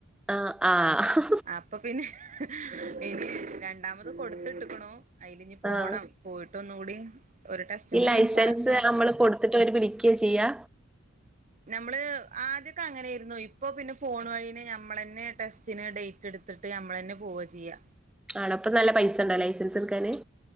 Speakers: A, in the centre; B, on the right.
A: ആഹ് ആഹ്
B: അപ്പൊ പിന്നെ ഇനി രണ്ടാമത് കൊടുത്ത് ഇട്ടക്കണു അയിലിനി പോണം
A: ആഹ്
B: പോയിട്ട് ഒന്നുകൂടി ഒരു ടെസ്റ്റും
A: ഈ
B: കൂടി
A: ലൈസൻസ്
B: പ നോ
A: നമ്മള് കൊടുത്തിട്ട് അവര് വിളിക്കയാ ചെയ്യാ
B: നമ്മള് ആദ്യൊക്കെ അങ്ങനെയിരുന്നു ഇപ്പൊ പിന്നെ ഫോൺ വഴീനെ നമ്മള് തന്നെ ടെസ്റ്റിന് ഡേറ്റ് എടുത്ത് ത്തിട്ട് നമ്മൾ തന്നെ പോവാ ചെയ്യ
A: ആണോ ഇപ്പോ നല്ല പൈസ ഉണ്ടോ ലൈസൻസ് എടുക്കാന്?